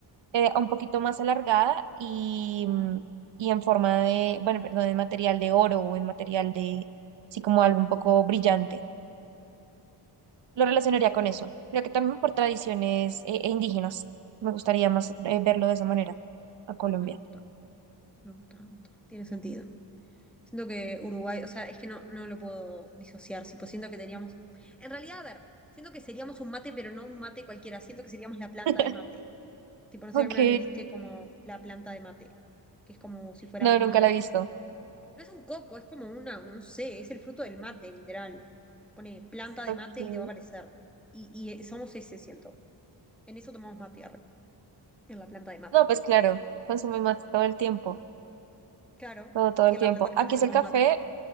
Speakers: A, on the right; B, in the centre.
A: eh, un poquito más alargada y, mm, y en forma de, bueno, perdón, en material de oro o en material de, sí, como algo un poco brillante. Lo relacionaría con eso. Creo que también por tradiciones eh, eh, indígenas. Me gustaría más eh, verlo de esa manera a Colombia.
B: me gusta, me gusta, me gusta. Tiene sentido. Siento que Uruguay, o sea, es que no, no lo puedo disociar, tipo, siento que teníamos. En realidad, a ver, siento que seríamos un mate, pero no un mate cualquiera, siento que seríamos la planta
A: <laughs>
B: de mate. Tipo, no sé
A: Ok,
B: si alguna vez viste como la planta de mate, que es como si fuera
A: no,
B: un,
A: nunca la he visto.
B: No es un coco, es como una, no sé, es el fruto del mate, literal. Pone planta de
A: Ok.
B: mate y te va a aparecer. Y, y, eh, somos ese, siento. En eso tomamos mate, arre, en la planta de mate.
A: No, pues claro, consume mate todo el tiempo,
B: Claro,
A: todo, todo
B: y
A: el
B: en
A: tiempo.
B: la planta de
A: Aquí
B: mate tomamos
A: es el café
B: mate.